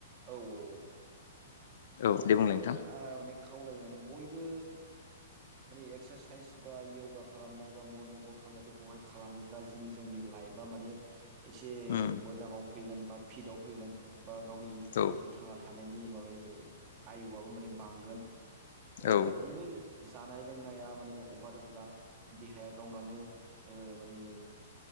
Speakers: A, on the right (about 25°); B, on the left (about 60°).
A: औ औ औ
B: औ
A: आं
B: दे
A: बेखौनो
B: बुंलाय नोंथां
A: ओ माने खावलायो माने बयबो माने एक्सारसाइस बा यगा खालामनाय बा मर्निं अवाक खालामनाय बेखौहाय खालामोब्ला जों जोंनि लाइफआ माने एसे
B: उम
A: मोजाङाव फैगोन बा फिटआव फैगोन बा गावनि
B: औ
A: जे थांना था थानायनि माबानि आयुआबो माने बांगोन ओ
B: औ
A: नोङो जानाय लोंनाया माने अबादब्ला देहाया गावनानो ओ माने